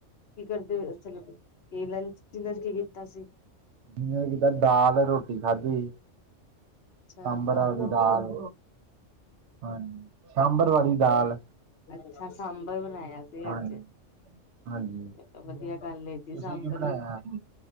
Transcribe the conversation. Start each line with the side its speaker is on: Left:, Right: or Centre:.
Left: ਕੀ ਕਰਦੇ ਪੇ ਓ ਚਲੋ ਏ ਲੰਚ, ਡਿਨਰ ਕੀ ਕੀਤਾ ਸੀ?
Right: ਡਿਨਰ ਕਿਤਾ ਦਾਲ ਰੋਟੀ ਖਾਦੀ ਸੀ
Left: ਅੱਛਾ
Right: ਸਾਂਬਰ ਆਲੀ
Left: ਰੋਟੀ
Right: ਦਾਲ, ਹਾਂਜੀ ਸਾਂਬਰ ਵਾਲੀ ਦਾਲ।
Left: ਅੱਛਾ ਸਾਂਬਰ ਬਣਾਇਆ ਸੀ
Right: ਹਾਂਜੀ
Left: ਅੱਜ।
Right: ਹਾਂਜੀ
Left: ਏ ਤਾਂ ਵਦੀਆ ਗੱਲ ਏ ਜੀ,
Right: ਤੁਸੀਂ
Left: ਸਾਂਬਰ
Right: ਕੀ ਬਣਾਇਆ
Left: ਵੀ